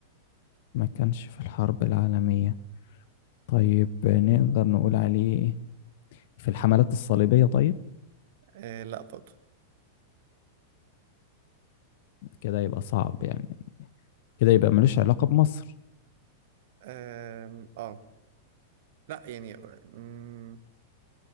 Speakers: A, on the left; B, on the right.
A: ما كانش في الحرب العالمية طيب آه، نقدر نقول عليه في الحملات الصليبية طيب
B: آه لا برضه
A: كده يبقى صعب يعني كده يبقى ملوش علاقة بمصر
B: آه, آه لا يعني آه، مم.